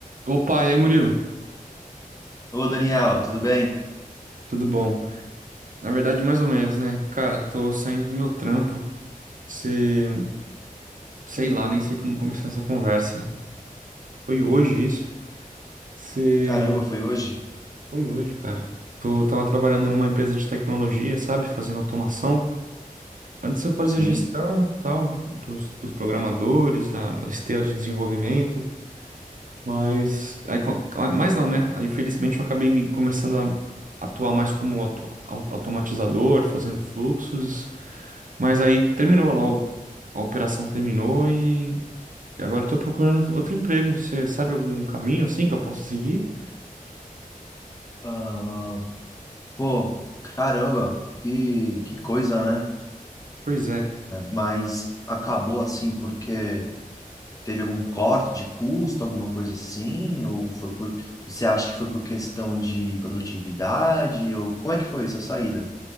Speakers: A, on the right; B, on the left.
A: Opa, e aí, Murilo?
B: Ô, Daniel, tudo bem?
A: Tudo bom? Na verdade, mais ou menos, né? Cara, tô saindo do meu trampo. Se... Sei lá, nem sei como começar essa conversa. Foi hoje isso? Se...
B: Caramba, foi hoje?
A: Foi hoje, cara. Tô... Tava trabalhando numa empresa de tecnologia, sabe? Fazendo automação. Antes eu fazia
B: Sim.
A: gestão, tal, dos, dos programadores, da, da esteira de desenvolvimento. Mas... Aí, co- mas não, né? Aí, felizmente, eu acabei me começando a atuar mais como atu- au- automatizador, fazendo fluxos Mas aí terminou lá, o- a operação terminou e e agora eu tô procurando outro emprego. Você sabe algum caminho assim que eu posso seguir?
B: Ah, pô, caramba, que, que coisa, né?
A: Pois é.
B: Mas acabou assim porque teve algum corte de custo, alguma coisa assim? Ou foi por. Você acha que foi por questão de produtividade? Ou como é que foi essa saída?